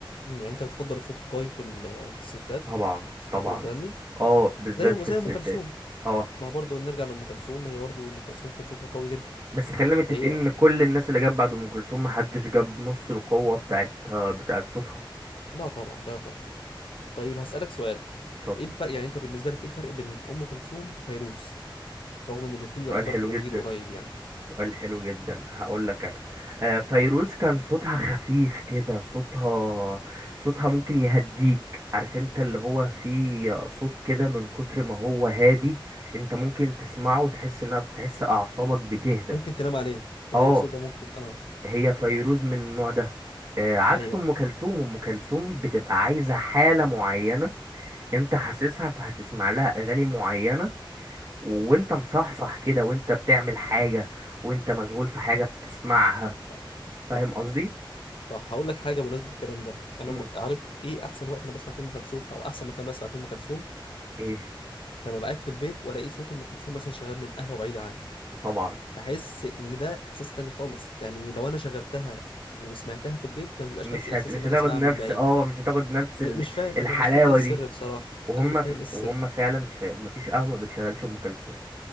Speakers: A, on the left; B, on the right.
A: يعني انت بتفضل الصوت القوي في ال... في الستات
B: طبعا
A: الستات
B: طبعا
A: اللي بتغني
B: آه بالذات
A: زي
B: في
A: زي
B: الستات
A: ام كلثوم
B: آه
A: ما برضو نرجع لام كلثوم هي برضو ام كلثوم كان صوتها قوي جدا
B: بس خلينا متفقين
A: هي
B: إن كل الناس اللي جت بعد أم كلثوم محدش جاب نص القوة بتاعت بتاعت صوتها
A: لا طبعا لا طبعا طيب هسألك سؤال
B: اتفضل
A: ايه الفرق يعني انت بالنسبة لك ايه الفرق بين ام كلثوم وفيروز رغم ان الاتنين
B: سؤال
A: يعتبر
B: حلو
A: كانوا
B: جدا
A: جيل قريب يعني
B: سؤال حلو جدا هقول لك انا آه، فيروز كان صوتها خفيف كده صوتها صوتها ممكن يهديك عارف انت اللي
A: مم.
B: هو فيه صوت كده من كتر ما هو هادي انت ممكن تسمعه وتحس انها تحس اعصابك بتهدى
A: ممكن تنام عليه يعني
B: اه
A: الصوت ده ممكن اه
B: هي فيروز
A: مم.
B: من النوع ده آه، عكس
A: ايوه
B: ام
A: ف-
B: كلثوم ام كلثوم بتبقى عايزه حاله معينه انت حاسسها فهتسمع لها اغاني معينه وانت مصحصح كده وانت بتعمل حاجه وانت مشغول في حاجه بتسمعها
A: صح
B: فاهم
A: صح
B: قصدي
A: صح هقول لك حاجه بمناسبه الكلام ده انا
B: مم.
A: م- عارف ايه احسن وقت انا بسمع فيه ام كلثوم او احسن مكان بسمع فيه ام كلثوم
B: ايه
A: لما ببقى قاعد في البيت والاقي صوت ام كلثوم مثلا شغال من قهوه بعيده عني
B: طبعا
A: بحس ان ده احساس تاني خالص يعني لو انا شغلتها وسمعتها في البيت ما بيبقاش
B: مش
A: نفس الاحساس
B: هت... مش
A: ان انا
B: هتاخد
A: اسمعها
B: نفس
A: من بعيد
B: اه مش هتاخد نفس
A: م-
B: ال...
A: مش فاهم
B: الحلاوه
A: انا مش فاهم ايه السر
B: دي
A: بصراحه
B: وهم
A: انا مش فاهم
B: ف...
A: ايه السر
B: وهم فعلا في... مفيش قهوه ما بتشغلش ام كلثوم